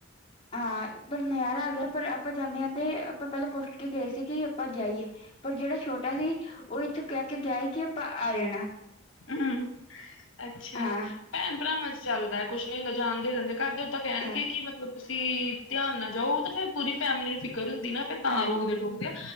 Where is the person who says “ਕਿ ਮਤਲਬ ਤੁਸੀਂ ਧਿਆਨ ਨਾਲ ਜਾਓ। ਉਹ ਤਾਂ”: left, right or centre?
Left